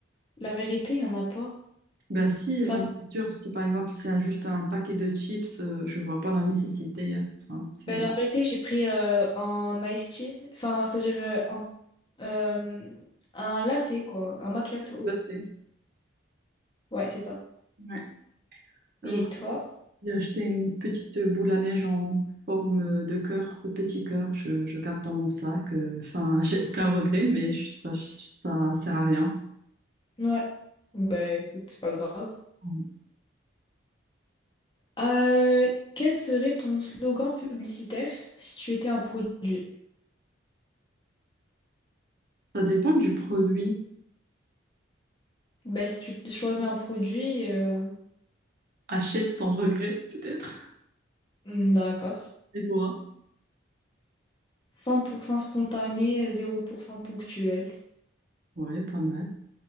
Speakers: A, on the left; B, on the right.
A: La vérité, il y en a pas.
B: Ben si,
A: Enfin,
B: la nourriture, si par exemple c'est juste un paquet de chips, euh, je vois pas la nécessité. euh, Enfin, c'est
A: ben,
B: un...
A: la vérité, j'ai pris euh, un iced tea, enfin, c'est-à-dire euh, un Euh, un latte, quoi. Un macchiato.
B: Là, c'est-
A: Ouais, c'est ça.
B: Ouais. Euh,
A: Et toi?
B: j'ai acheté une petite boule à neige en forme euh, de cœur, de petit cœur. Je, je garde dans mon sac. euh, Enfin, <laughs> j'ai aucun regret, mais je- ça, ça sert à rien.
A: Ouais. Bah écoute, c'est pas grave.
B: Ouais.
A: Euh, quel serait ton slogan publicitaire si tu étais un produit?
B: Ça dépend du produit.
A: Ben, si tu choisis un produit, euh,
B: Achète sans regret, peut-être.
A: hmm, d'accord.
B: Et toi?
A: cent pour cent spontané, zéro pour cent ponctuel.
B: Ouais, pas mal.